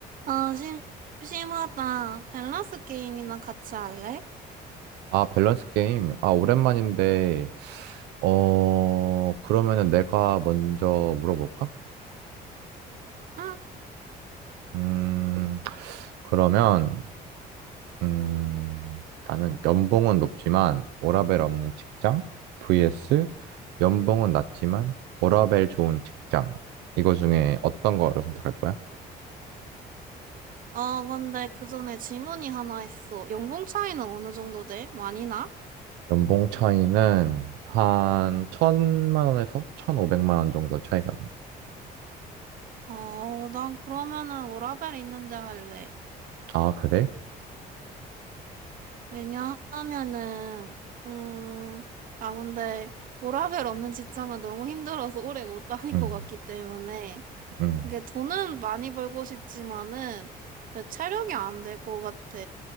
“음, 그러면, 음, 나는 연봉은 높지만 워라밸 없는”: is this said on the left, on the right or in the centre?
Right